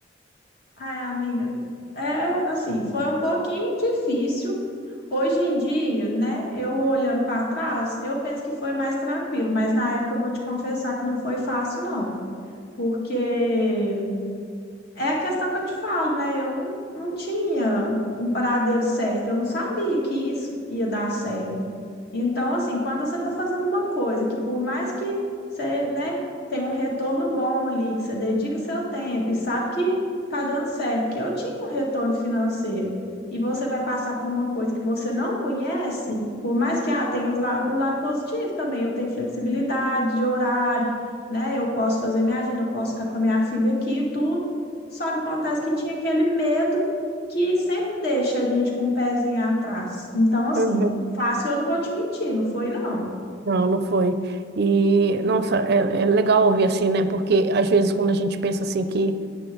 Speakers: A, on the left (about 55°); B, on the right (about 55°).
A: Ai, amiga, é assim, foi um pouquinho difícil. Hoje em dia, né, eu olhando para trás, eu penso que foi mais tranquilo, mas na época eu vou te confessar que não foi fácil, não. Porque é a questão que eu te falo, né? Eu não, não tinha um paradeiro certo, eu não sabia que isso ia dar certo. Então, assim, quando você está fazendo uma coisa que por mais que você, né, tenha um retorno bom ali, que você dedica seu tempo e sabe que tá dando certo, que eu tinha um retorno financeiro, e você vai passar por uma coisa que você não conhece, por mais que ah, tenha os la- o lado positivo também, eu tenho flexibilidade de horário, né? Eu posso fazer minha agenda, eu posso ficar com a minha filha aqui e tudo. Só que acontece que tinha aquele medo que sempre deixa a gente com um pezinho atrás. Então, assim,
B: Uhum.
A: fácil eu não vou te mentir, não foi não.
B: Não, não foi. E, nossa, é, é legal ouvir assim, né? Porque às vezes quando a gente pensa assim que